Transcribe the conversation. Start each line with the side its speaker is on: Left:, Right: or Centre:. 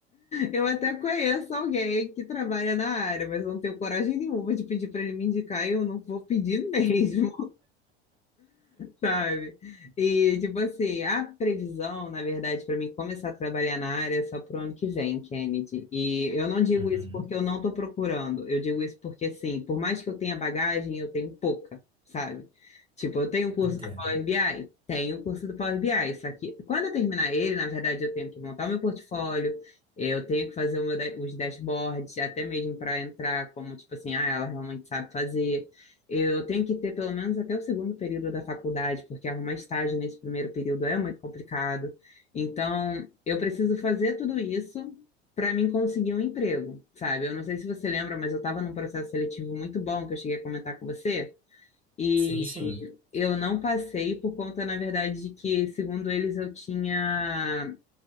Left: Eu até conheço alguém que trabalha na área, mas eu não tenho coragem nenhuma de pedir para ele me indicar e eu não vou pedir mesmo sabe? E, tipo assim, a previsão, na verdade, para mim começar a trabalhar na área é só pro ano que vem, Kennedy. E eu não digo
Right: Uhum,
Left: isso porque eu não tô procurando, eu digo isso porque, assim, por mais que eu tenha bagagem, eu tenho pouca, sabe? Tipo, eu tenho o curso
Right: entendo.
Left: do Power BI? Tenho o curso do Power BI, só que quando eu terminar ele, na verdade, eu tenho que montar o meu portfólio, eu tenho que fazer o meu da- os dashboards, até mesmo para entrar como, tipo assim, ah, ela realmente sabe fazer. Eu tenho que ter pelo menos até o segundo período da faculdade, porque arrumar estágio nesse primeiro período é muito complicado. Então, eu preciso fazer tudo isso para mim conseguir um emprego, sabe? Eu não sei se você lembra, mas eu estava num processo seletivo muito bom que eu cheguei a comentar com você. E
Right: Sim, sim.
Left: eu não passei por conta, na verdade, de que, segundo eles, eu tinha